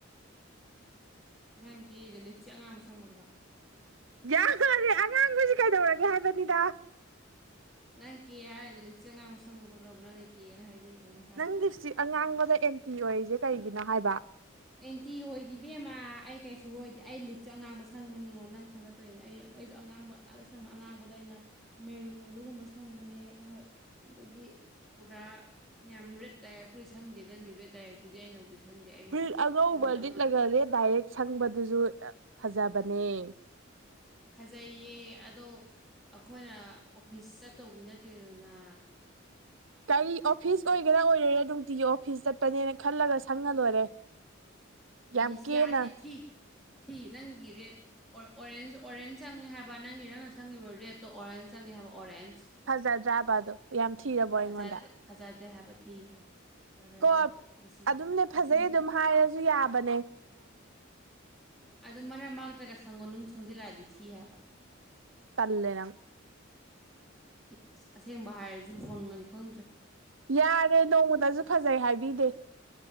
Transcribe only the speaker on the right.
ꯌꯥꯔꯦ ꯑꯉꯥꯡꯕꯁꯤ ꯀꯩꯗꯧꯔꯒꯦ ꯍꯥꯏꯕꯅꯤꯗ
ꯅꯪ ꯍꯧꯛꯁꯤ ꯑꯉꯥꯡꯕꯗ ꯑꯦꯟꯇꯤ ꯑꯣꯏꯔꯤꯁꯦ ꯀꯩꯒꯤꯅꯣ ꯍꯥꯏꯕ
ꯐꯨꯔꯤꯠ ꯑꯉꯧꯕ
ꯂꯤꯠꯂꯒ ꯔꯦꯠ ꯗꯥꯏꯔꯦꯛ ꯁꯪꯕꯗꯨꯁꯨ ꯐꯖꯕꯅꯦ
ꯀꯔꯤ ꯑꯣꯐꯤꯁ ꯑꯣꯏꯒꯦꯔꯥ ꯑꯣꯏꯔꯣꯏꯔꯥ ꯅꯨꯡꯇꯤꯒꯤ ꯑꯣꯐꯤꯁ ꯆꯠꯄꯅꯦꯅ ꯈꯜꯂꯒ ꯁꯪꯉ ꯂꯣꯏꯔꯦ ꯌꯥꯝ
ꯀꯦꯅ
ꯐꯖꯗ꯭ꯔꯥꯕꯗꯣ ꯌꯥꯝ ꯊꯤꯔꯕꯣ ꯑꯩꯉꯣꯟꯗ
ꯀꯣ
ꯑꯗꯨꯝꯅꯦ ꯐꯖꯩ
ꯑꯗꯨꯝ ꯍꯥꯏꯔꯁꯨ ꯌꯥꯕꯅꯦ
ꯇꯂꯅꯪ
ꯌꯥꯔꯦ ꯅꯣꯡꯃꯗꯁꯨ ꯐꯖꯩ ꯍꯥꯏꯕꯤꯗꯦ